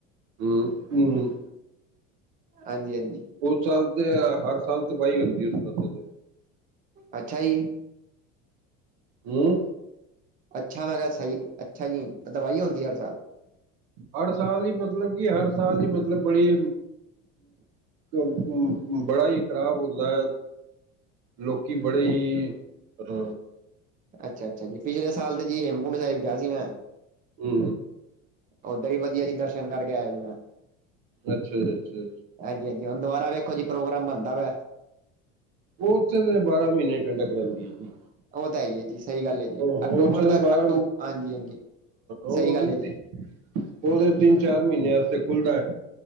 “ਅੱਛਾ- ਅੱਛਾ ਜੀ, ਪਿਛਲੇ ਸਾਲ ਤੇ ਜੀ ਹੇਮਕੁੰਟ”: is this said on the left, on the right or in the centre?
Right